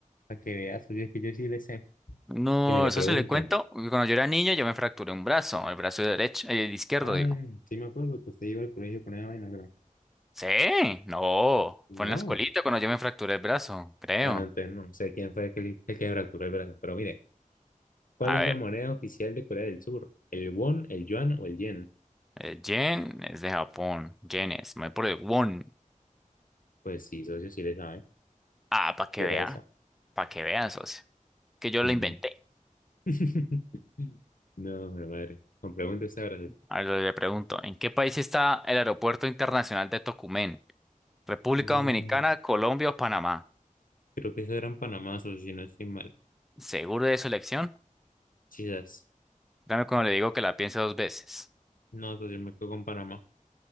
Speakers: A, on the left; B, in the centre.
A: Para que veas, oye, es que yo sí le sé.
B: No,
A: Mire, le
B: eso
A: pregunto,
B: se le cuento. Cuando yo era niño, yo me fracturé un brazo, el brazo derecho, el izquierdo,
A: Ay,
B: digo.
A: sí me acuerdo que usted iba al colegio con esa vaina, creo.
B: Sí, no,
A: no,
B: fue en la escuelita cuando yo me fracturé el brazo, creo.
A: Ah, no, entonces no sé quién fue el que, el que fracturó el brazo. Pero mire, ¿cuál
B: A
A: es
B: ver,
A: la moneda oficial de Corea del Sur? ¿El won, el yuan o el yen?
B: eh, Jen es de Japón, Jen es, me voy por el won.
A: Pues sí, socio, sí le sabe.
B: Ah, para que
A: Y era
B: vea,
A: esa.
B: para que vea, socio, que yo
A: Ujú.
B: lo inventé.
A: <laughs> No, mi madre. Con preguntas ahora.
B: A ver, le pregunto, ¿en qué país está el aeropuerto internacional de Tocumen? ¿República
A: No,
B: Dominicana, Colombia o Panamá?
A: creo que eso era en Panamá, socio, si no estoy mal.
B: ¿Seguro de su elección?
A: Quizás
B: Dame cuando le digo que la piense dos veces.
A: No, socio, me quedo con Panamá.